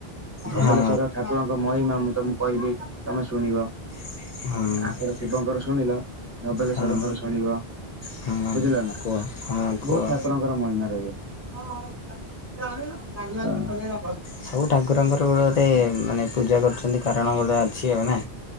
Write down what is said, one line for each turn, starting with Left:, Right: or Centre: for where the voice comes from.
Right: ଧବଳେଶ୍ୱର
Left: ହଁ
Right: ଠାକୁରଙ୍କ ମହିମା ମୁ ତମକୁ କହିବି ତମେ ଶୁଣିବ।
Left: ହଁ।
Right: ଆଙ୍କର ଶିବଙ୍କର ଶୁଣିଲ ଧବଲେଶ୍ଵରଙ୍କର
Left: ହଁ
Right: ଶୁଣିବ
Left: ହଁ
Right: ବୁଝିଲ ନା
Left: କୁହ ହଁ କୁହ
Right: ବହୁତ ଠାକୁରଙ୍କର ମହିମା ରହିଅଛି। ହଁ ହଁ ଖାଇଛି ଦେ ଆଣିଲୁ ଡାଲମା ପଳାଇଲା।
Left: ସବୁ ଠାକୁରଙ୍କର ଗୋଟେ ଗୋଟେ ମାନେ ପୂଜା କରୁଛନ୍ତି କାରଣ ଗୋଟେ ଅଛି ଆଉ ନା